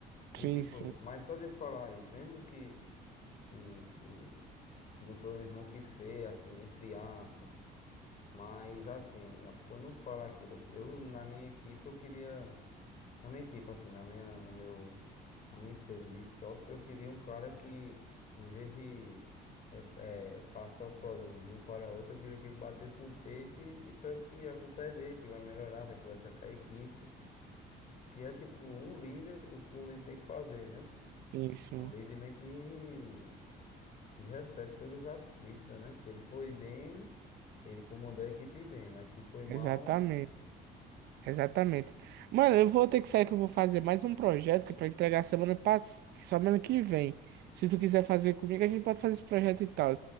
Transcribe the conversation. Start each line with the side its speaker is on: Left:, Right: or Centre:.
Left: E
Right: sim,
Left: tipo,
Right: sim,
Left: mas só dele falar isso, mesmo que, que, que, que não foi o irmão que fez, assim, entre aspas. Mas assim, a pessoa não fala aquilo. Eu, na minha equipe, eu queria na minha equipe, assim, na minha, no meu, na minha empresa de software, eu queria um cara que, em vez de rep- eh, passar os problemas de um para outro, eu queria que ele batesse no peito e dissesse que a culpa é dele, que vai melhorar, vai conversar com a equipe, que é tipo um líder, o que um líder tem que fazer, né?
Right: sim, sim,
Left: O líder meio que, que recebe todas as críticas, né? Se ele foi bem, ele comandou a equipe bem, mas se foi mal,
Right: exatamente. Exatamente. Mano, eu vou ter que sair que eu vou fazer mais um projeto que para entregar semana passada, semana que vem. Se tu quiser fazer comigo, a gente pode fazer esse projeto e tal.